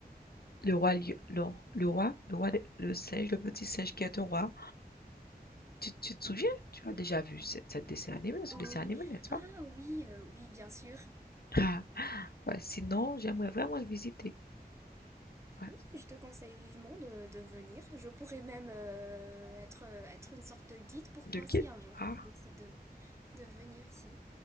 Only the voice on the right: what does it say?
Oui.
Ah oui, euh, oui, bien sûr.
Oui, je te conseille vivement de, de venir. Je pourrais même euh, être, euh, être une sorte de guide pour
toi
si un jour
tu décides de, de venir ici.